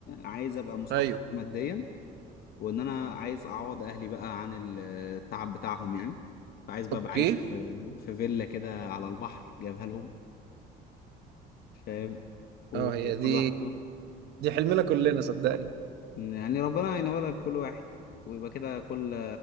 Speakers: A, on the left; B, on the right.
A: عايز ابقى مستقر
B: ايوه
A: ماديا وان انا عايز اعوض اهلي بقى عن ال- التعب بتاعهم يعني فعايز بقى
B: اوكي
A: ابقى عايش في في فيلا كده على البحر جايبها لهم فاهم وكل
B: اه هي دي
A: واحد فيهم
B: دي حلمنا كلنا صدقني
A: يعني ربنا ينولها لكل واحد ويبقى كده كل